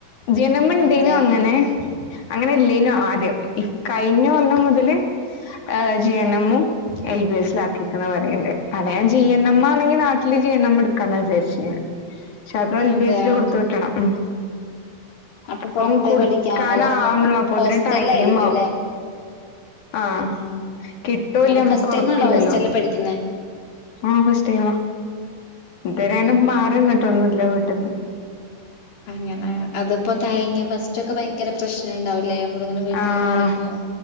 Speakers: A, on the left; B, on the left.
A: ജി എൻ എം ഇണ്ടേനു
B: അതെയോ
A: അങ്ങെനെ അങ്ങെനെ ഇല്ലേനു ആദ്യം ഇ കയ്ഞ്ഞ കൊല്ലം മുതല് ഏഹ് ജി എൻ എമ്മും എൽ ബി എസ് ആക്കീക്ക്ണ് പറയ്ണ്ട് അല്ലേ ഞാൻ ജി എൻ എം ആണെങ്കിൽ നാട്ടില് ജി എൻ എം ഇട്ക്കാ വിചാര്ച്ചീന്നെ പക്ഷെ അതും എൽ
B: അതെയോ
A: ബി എസ് ല് കൊട്ത്ത് വിട്ട്ണം ഉം
B: അപ്പൊ
A: അപ്പം
B: പുറത്ത്
A: കൊട്ക്കാനാവ്ണാെള്ളു
B: പഠിക്കാ അതാവുമ്പം
A: അപ്പോത്തിന്
B: ഹോസ്റ്റലിലായിരിക്കും
A: ടൈമാവും
B: അല്ലേ
A: ആഹ്
B: ആ ആ
A: കിട്ടോ
B: നിങ്ങള്
A: ഇല്ലേ അമ്മെക്ക്
B: ഫസ്റ്റ് ടൈം
A: ഒറപ്പില്ലല്ലോ
B: ആണോ ഹോസ്റ്റലിൽ പഠിക്കുന്നേ
A: ആഹ് ഫസ്റ്റ് ടൈമാ ഇത്‌വെരേണ്ടും
B: അതെ ആ
A: മാറിന്നിട്ടൊന്നുല്ല വീട്ട്ന്ന്
B: അങ്ങെനെ അത് പ്പോ തയങ്ങ്യോ ഫസ്റ്റാെക്കെ ഭയ് ങ്കര പ്രശ്നണ്ടാവൂലെ നമ്മള്ങ്ങെനെ വീട്ട്ന്ന്
A: ആഹ്
B: മാറിക്കുമ്പം